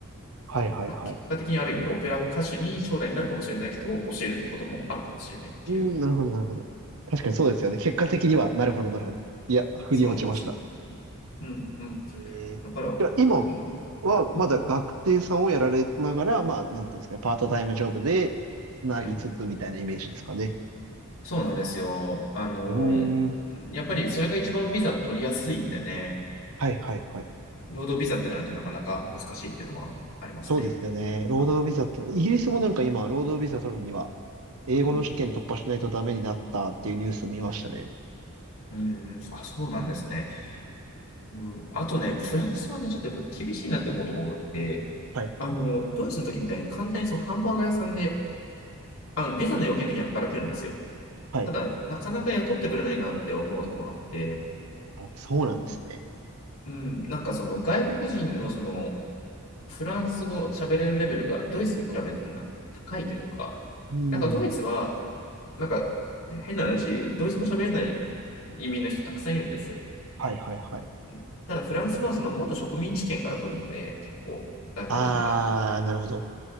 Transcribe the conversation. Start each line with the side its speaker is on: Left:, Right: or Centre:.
Right: はい、はい、
Left: だから結果的にある意味オペラ歌手に将来になるかもしれない人を教えることもあるかもしれないっていう。
Right: はい。うん、なるほど、なるほど。確かにそうですよね。結果的には、なるほど、なるほど。いや、腑に落ちました。
Left: そうなんですよ。うんうん。
Right: ええ。
Left: だから、
Right: じゃあ、今
Left: な
Right: は、まだ学生さんをやられながら、
Left: うん
Right: まあ、なんていうんですかね、パートタイムジョブで、つなぎつつみたいなイメージですかね。
Left: うんそうなんですよ。あの、
Right: うーん。
Left: やっぱりそれが一番ビザ取りやすいんでね、
Right: はい、はい、はい。
Left: 労働ビザってなるとなかなか難しいっていうのはありますね。
Right: そうですよね。労働ビザって、イギリスもなんか今、労働ビザ取るには、英語の試験突破しないとダメになったっていうニュースを見ましたね。
Left: うん。うん、あ、そうなんですね。うん、あとね、フランスはね、ちょっとやっぱ厳しいなって思うところがあって、
Right: はい。
Left: あの、ドイツの時みたいに簡単にそのハンバーガー屋さんで、あの、ビザの要件的に働けるんですよ。
Right: はい。
Left: ただ、なかなか雇ってくれないなって思うところがあって、
Right: あそうなんですね。
Left: うん、なんかその外国人のそのフランス語喋れるレベルがドイツに比べてもなんか高いというか、
Right: うん。
Left: なんかドイツは、なんか変な話、ドイツ語喋れない移民の人たくさんいるんですよ。
Right: はいはいはい。
Left: うんただフランスはその元植民地圏から来るので、結構外国人が。
Right: あー、なるほど。